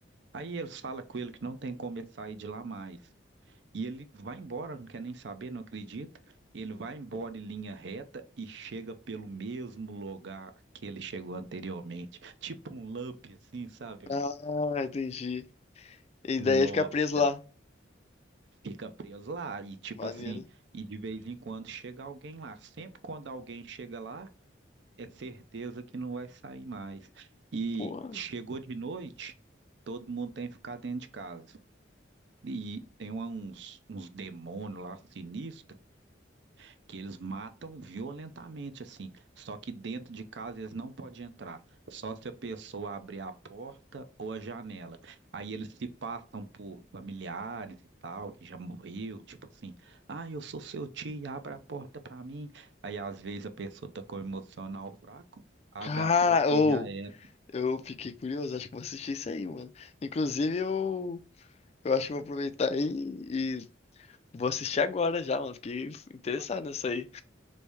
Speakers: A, on the right; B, on the left.
A: Aí eles falam com ele que não tem como ele sair de lá mais. E ele vai embora, não quer nem saber, não acredita. Ele vai embora em linha reta e chega pelo mesmo lugar que ele chegou anteriormente. Tipo um loop, assim, sabe? Um...
B: Ah, entendi. E
A: Nossa,
B: daí ele fica preso lá.
A: fica preso lá. E tipo
B: Maneiro.
A: assim, e de vez em quando chega alguém lá. Sempre quando alguém chega lá, é certeza que não vai sair mais. E
B: Pô.
A: chegou de noite, todo mundo tem que ficar dentro de casa. E tem uma- uns, uns demônios lá sinistros que eles matam violentamente, assim. Só que dentro de casa eles não podem entrar, só se a pessoa abrir a porta ou a janela. Aí eles se passam por familiares e tal, que já morreu, tipo assim, ah, eu sou seu tio, abre a porta pra mim. Aí às vezes a pessoa tá com o emocional fraco, abre
B: Cara,
A: a porta
B: ou
A: e já era.
B: eu fiquei curioso, acho que vou assistir isso aí, mano. Inclusive, eu, eu acho que vou aproveitar aí e vou assistir agora já, mano. Fiquei interessado
A: Fala,
B: nessa aí.